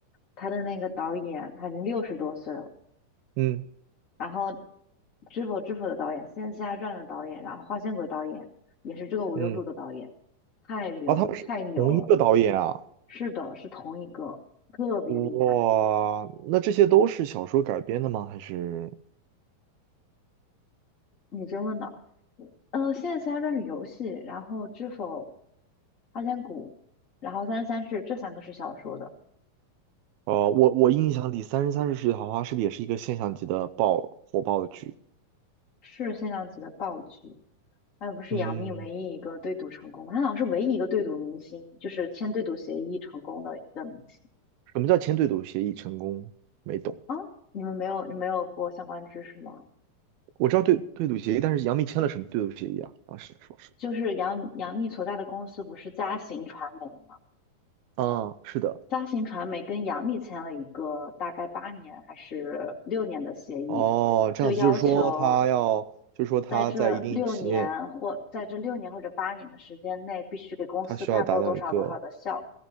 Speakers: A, on the left (about 25°); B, on the right (about 90°).
A: 他的那个导演他已经六十多岁了，
B: 嗯
A: 然后《知否知否》的导演，《仙侠传》的导演，然后《花千骨》的导演也是这个无忧渡的导演，
B: 嗯，
A: 太牛太牛了。
B: 啊，他们是同一个导演啊！
A: 是的，是同一个，特别厉害。
B: 哇，那这些都是小说改编的吗？还是
A: 你真问道：“嗯，《现在《仙侠传》是游戏，然后知否《花千骨》，然后《三生三世》这三个是小说的，
B: 呃，我我印象里《三生三世十里桃花》是不是也是一个现象级的爆火爆的剧？
A: 是现象级的爆剧。那不是杨幂唯一一个对赌成功吗？
B: 嗯，
A: 她好像是唯一一个对赌明星，就是签对赌协议成功的一个明星
B: 什么叫签对赌协议成功？没懂，
A: 啊！你们没有，你没有过相关知识吗？
B: 我知道对对赌协议，但是杨幂签了什么对赌协议啊？当时说是，
A: 就是杨杨幂所在的公司不是嘉行传媒吗？
B: 嗯，是的，
A: 嘉行传媒跟杨幂签了一个大概八年还是六年的协议，
B: 哦，这样子就是说他要，
A: 就要求
B: 就是说他在一定期限，
A: 在这六年或在这六年或者八年的时间内，必须给公司赚够多少多少的效，
B: 他需要达到一个